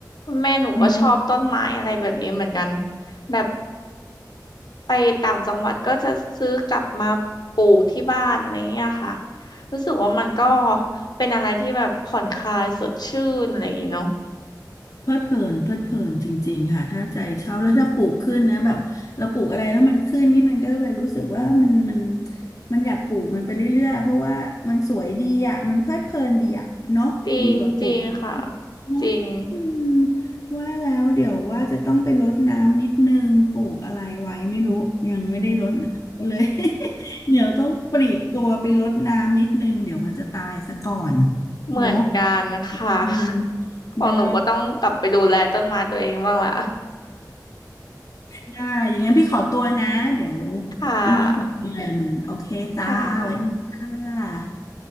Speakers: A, on the left; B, on the left.
A: แม่หนูก็ชอบต้นไม้อะไรแบบนี้เหมือนกัน
B: เนาะ
A: แบบไปต่างจังหวัดก็จะซื้อกลับมาปลูกที่บ้านอะไรเงี้ยค่ะรู้สึกว่ามันก็เป็นอะไรที่แบบผ่อนคลายสดชื่นอะไรอย่างงี้เนาะ
B: เพลิดเพลินเพลิดเพลินจริงๆค่ะถ้าใจชอบแล้วถ้าปลูกขึ้นนะแบบเราปลูกอะไรแล้วมันขึ้นนี่มันก็เลยรู้สึกว่ามันมันมันอยากปลูกมันไปเรื่อยๆเพราะว่ามันสวยดีอ่ะมันเพลิดเพลินดีอ่ะเนาะดีกว่าปลูก
A: จริงจริงค่ะ
B: เนาะอืม
A: จริง
B: ว่าแล้วเดี๋ยวว่าจะต้องไปรดน้ำนิดนึงปลูกอะไรไว้ไม่รู้ยังไม่ได้รดน้ำก็เลย <laughs> เดี๋ยวต้องปลีกตัวไปรดน้ำนิดนึงเดี๋ยวมันจะตายซะก่อน
A: เหมือนกันค่ะ
B: เนาะอืม
A: ของหนูก็ต้องกลับไปดูแลต้นไม้ตัวเองบ้างละ
B: ได้ ได้ อย่างงั้นพี่ขอตัวนะ เดี๋ยว
A: <laughs> ค่ะ
B: ไม่มีคนดูแลมัน โอเคจ้าสวัสดีค่ะ
A: ค่ะ